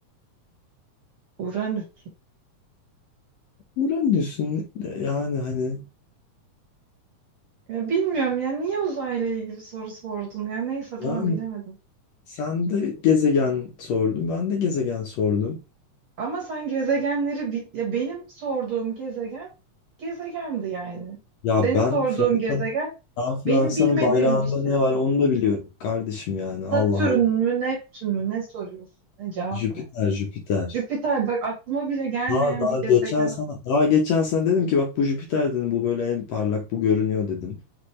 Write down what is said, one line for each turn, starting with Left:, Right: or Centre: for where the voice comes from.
Right: Uranüs.
Left: Uranüs'ün yani hani
Right: Ya bilmiyorum ya niye uzayla ilgili soru sordun ya neyse tamam
Left: yani
Right: bilemedim.
Left: sen de gezegen sordun ben de gezegen sordum.
Right: Ama sen gezegenleri bi- ya benim sorduğum gezegen gezegendi yani.
Left: Ya
Right: Senin
Left: ben
Right: sorduğun
Left: Fransa'nın
Right: gezegen
Left: ben Fransa'nın
Right: benim bilmediğim
Left: bayrağında
Right: bir şey.
Left: ne var onu da biliyorum kardeşim yani Allah
Right: Satürn
Left: Allah.
Right: mü Neptün mü ne soruyorsun? Ne cevap
Left: Jüpiter,
Right: ne?
Left: Jüpiter.
Right: Jüpiter bak aklıma bile gelmeyen
Left: Daha daha
Right: bir
Left: geçen
Right: gezegen.
Left: sana daha geçen sana dedim ki bak bu Jüpiter dedim bu böyle en parlak bu görünüyor dedim.